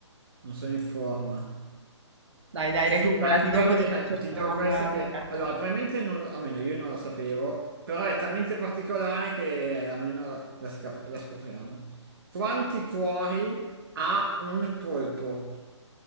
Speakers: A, on the right; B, on the right.
A: non sono in forma.
B: Dai, dai, recuperati,
A: Ah, qua-
B: dopo
A: eh,
B: ti faccio
A: ti
B: una
A: do
B: domanda
A: questa che...
B: diversa.
A: Allora, probabilmente non, almeno io non lo sapevo, però è talmente particolare che almeno la, la scap- la scopriamo. Quanti cuori ha un polpo?